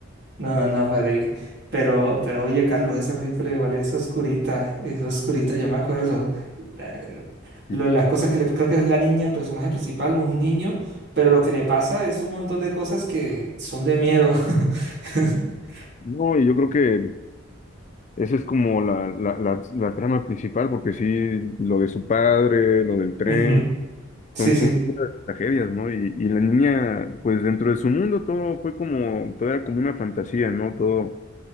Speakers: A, on the right (about 55°); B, on the left (about 35°).
A: No, no, no, pero, y- pero, pero oye, Carlos, esa película igual es oscurita, es oscurita, yo me acuerdo. La- lo-
B: y
A: las cosas que le, creo que es la niña, el personaje principal, un niño, pero lo que le pasa es un montón de cosas que son de miedo. <laughs>
B: No, y yo creo que esa es como la, la, la, la trama principal, porque sí, lo de su padre, lo del tren,
A: Ujú. Sí,
B: son,
A: sí.
B: son puras tragedias, ¿no? Y, y la niña, pues dentro de su mundo todo fue como, todo era como una fantasía, ¿no? Todo,